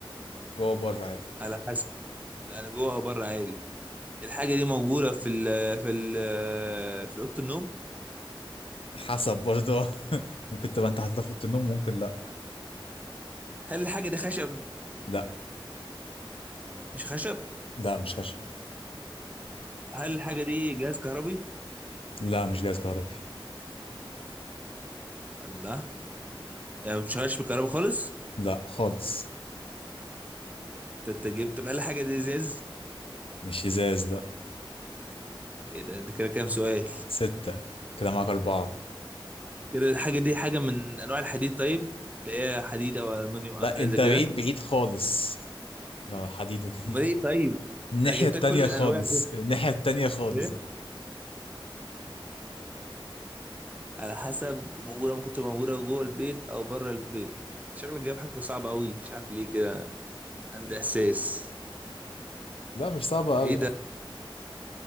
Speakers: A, on the left; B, on the right.
A: جوه بره عادي
B: على حسب يعني جوه او بره عادي الحاجه دي موجوده في ال في ال في اوضه النوم
A: حسب برضه <laughs> ممكن تبقى انت حاططها في اوضه النوم ممكن لا
B: هل الحاجه دي خشب
A: لا
B: مش خشب
A: لا مش خشب
B: هل الحاجه دي جهاز كهربي
A: لا مش جهاز كهربي
B: الله يعني مش خش بالكهرباء خالص
A: لا خالص
B: انت انت جبت طب هل الحاجه دي ازاز
A: مش ازاز لا
B: ايه ده انت كده كام سؤال
A: ستة كده معاك أربعة
B: كده الحاجه دي حاجه من انواع الحديد طيب اللي هي حديد او المونيوم
A: لا
B: او حاجه
A: أنت
B: زي
A: بعيد
B: كده
A: بعيد خالص لو حديد وكده
B: امال ايه طيب
A: الناحية
B: ما انا جبت
A: التانية
B: لك كل الانواع
A: خالص
B: دي
A: الناحية التانية خالص
B: ايه على حسب موجوده ممكن تبقى موجوده جوه البيت او بره البيت شكلك جايب حاجه صعبه قوي مش عارف ليه كده عندي احساس
A: لا مش صعبة
B: ايه
A: أوي
B: ده